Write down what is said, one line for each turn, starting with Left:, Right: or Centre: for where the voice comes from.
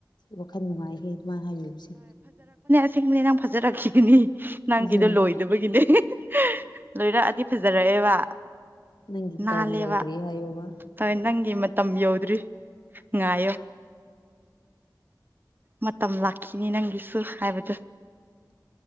Left: ꯋꯥꯈꯜ ꯅꯨꯡꯉꯥꯏꯍꯦ ꯑꯗꯨꯃꯥꯢ ꯍꯥꯏꯕꯤꯕꯁꯦ
Right: ꯁꯦꯡꯕꯅꯦ ꯅꯪꯪ ꯐꯖꯔꯛꯈꯤꯒꯅꯤ ꯅꯪꯒꯤꯗꯣ
Left: ꯎꯝ
Right: ꯂꯣꯏꯗꯕꯒꯤꯅꯦ <unintelligible> ꯂꯣꯏꯔꯛꯑꯗꯤ ꯐꯖꯔꯛꯑꯦꯕ
Left: ꯅꯪꯒꯤ
Right: ꯅꯥꯜꯂꯦꯕ
Left: ꯇꯔꯟ ꯌꯧꯗ꯭ꯔꯤ ꯍꯥꯏꯌꯣꯕ
Right: ꯍꯣꯢ ꯅꯪꯒꯤ ꯃꯠ ꯇꯝꯕꯤꯌꯣ ꯉꯥꯏꯌꯣ ꯃꯇꯝ ꯂꯥꯛꯈꯤꯅꯤ ꯅꯪꯒꯤꯁꯨ ꯍꯥꯏꯕꯗꯣ